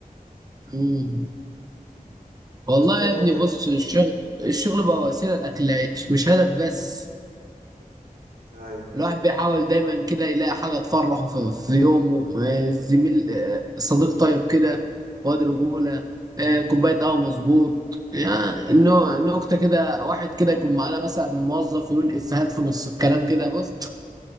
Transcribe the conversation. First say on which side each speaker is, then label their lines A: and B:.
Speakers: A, on the right (about 25°); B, on the right (about 85°).
A: مم. والله
B: بس آه،
A: يا ابني بص الشغل الشغل بقى وسيلة لأكل العيش مش هدف بس
B: أيوة
A: الواحد بيحاول دايما كده يلاقي حاجة تفرحه في, في يومه آه، زميل آه، صديق طيب كده واد رجولة آه، كوباية قهوة مظبوط يعني النو- نكتة كده واحد كده يكون معانا مثلا موظف يقول إفيهات في نص الكلام كده بص